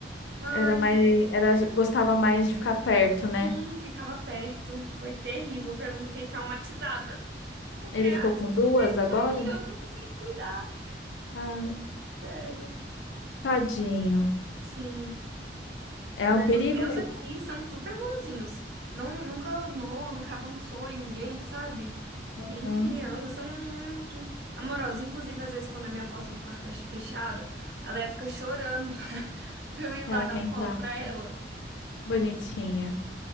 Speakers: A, on the right (about 70°); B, on the left (about 85°).
A: Ai,
B: era mais, era, gostava mais de ficar perto, né?
A: sim, ficava perto. Foi terrível pra mim, fiquei traumatizada. Porque,
B: Ele
A: ai,
B: ficou com
A: se eles
B: duas
A: quiserem
B: agora?
A: sair, eu não vou conseguir cuidar.
B: Ai,
A: Sério.
B: tadinho.
A: Sim.
B: É
A: Mas
B: um perigo
A: os meus
B: mesmo.
A: aqui são super bonzinhos. Não, nunca anou, nunca avançou em ninguém, sabe? Nem
B: Hum,
A: criança, são muito amorosos. Inclusive, às vezes, quando a minha porta do quarto tá fechada, a Leia fica chorando <laughs> pra pra eu ir lá
B: ela
A: dar
B: quer
A: um
B: entrar.
A: colo pra ela.
B: Bonitinha.